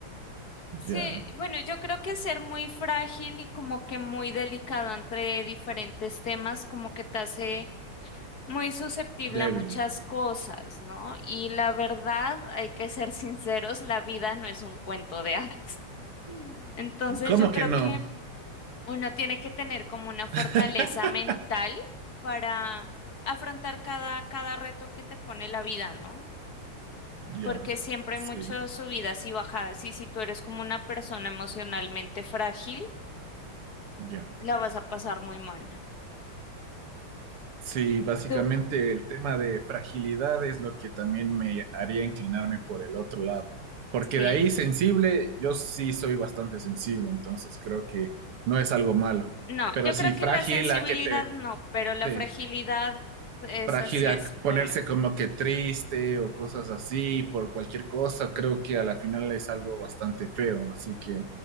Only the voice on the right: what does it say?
Ya,
débil.
¿Cómo
que no?
<laughs>
Ya,
sí,
ya.
Sí, básicamente
el tema de fragilidad es lo que también me haría inclinarme por el otro lado. Porque
de ahí sensible, yo sí soy bastante sensible, entonces creo que no es algo malo.
Pero
sí,
frágil
a que te...
Sí.
frágil
a
ponerse como que triste o cosas así por cualquier cosa, creo que a la final es algo bastante feo. Así que